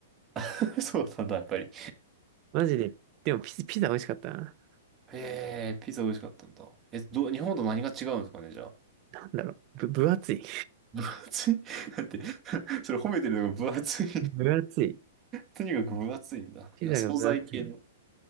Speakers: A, on the right; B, on the right.
A: <laughs> そうなんだ、やっぱり。
B: マジで、でもピザ、ピザ美味しかったな。
A: へえ、ピザ美味しかったんだ。え、ど、日本と何が違うんですかね、じゃあ。
B: なんだろう。ぶ、分厚い。
A: 分厚いだ <laughs> って、それ褒めてるのが分厚い。
B: <laughs> 分厚い。
A: とにかく分厚いんだ。
B: ピザが分厚い。
A: じゃあ、惣菜系の。
B: い